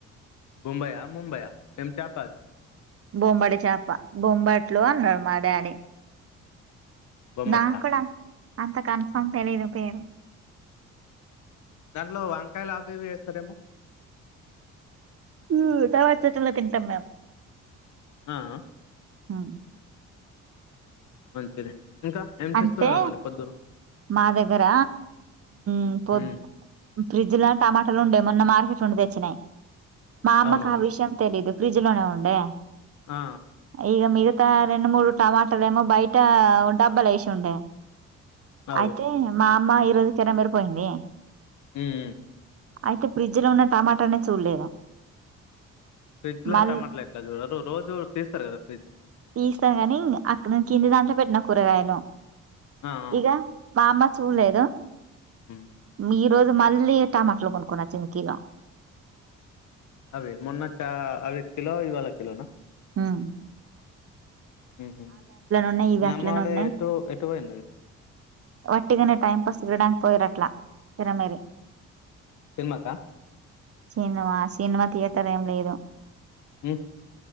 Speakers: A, on the left (about 75°); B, on the right (about 50°).
A: ముంబై ఆ ముంబైయా ఎం చాపాది
B: బొంబడి చేప బొంబట్లు అన్నాడు మా డాడీ
A: బొంబట్లా
B: నా కూడా అంత అంత కన్ఫామ్ తెలీదు పేరు
A: దాంట్లో వంకాయలవి ఇవి చేస్తారేమో
B: మ్ తర్వాత సిచిన్ లో తింటం మేం
A: ఆ ఆ
B: హ వ్
A: మంచిది ఇంకా ఏం
B: అంటే
A: చేస్తున్నారు మరి పొద్దున
B: మా దగ్గర మ్ పొద్
A: ఉమ్,
B: ఫ్రిడ్జ్ ల టమాటలు ఉండే మొన్న మార్కెట్ ఉండి తెచ్చినయ్ మా అమ్మకు
A: అవునవును
B: ఆ విషయం తెలీదు ఫ్రిడ్జ్ లోనే ఉండే
A: ఆ
B: ఈగ మీగ త ఇగ రెండు మూడు టమాటలేమో బయట ఓ డబ్బాలేశుండే
A: అవు
B: అయితే మా అమ్మ ఈరోజు చేరమేరా పోయింది
A: మ్ మ్
B: అయితే ఫ్రిడ్జ్ లో ఉన్న టమాటల్ని చూడలేదు
A: ఫ్రిడ్జ్ ల
B: మళ్ళీ
A: టమాటలు ఎట్లా చూడరు రోజు తీస్తారు కదా ఫ్రిడ్జ్
B: తీస్తాను కానీ అక్కడ కింది దాంట్లో పెట్టిన కూరగాయను
A: ఆ అవును
B: ఇగా మా అమ్మ చూడలేదు
A: ఉమ్.
B: మీర్ ఈ రోజు మళ్ళీ టమాట్లో కొనుక్కొని అచ్చింది కీలో
A: అవి మొన్నా చా అవి కిలో ఇవివాళ కిలోనా
B: హుమ్
A: మ్ హు
B: ఉన్నాయి ఇవి
A: మీ
B: అట్లనే
A: అమ్మ వాల
B: ఉన్నాయి
A: ఎటు ఎటు పోయింది
B: వట్టిగానే టైంపాస్ తిరడానికి పోయిరట్లా తెరమేరి
A: సినిమాకా
B: సినిమా సినిమా థియేటర్ ఏం లేదు
A: ఉమ్